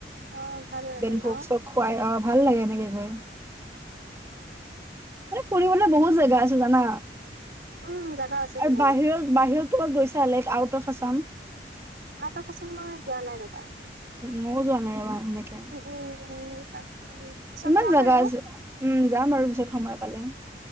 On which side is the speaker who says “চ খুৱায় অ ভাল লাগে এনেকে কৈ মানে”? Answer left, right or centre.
Right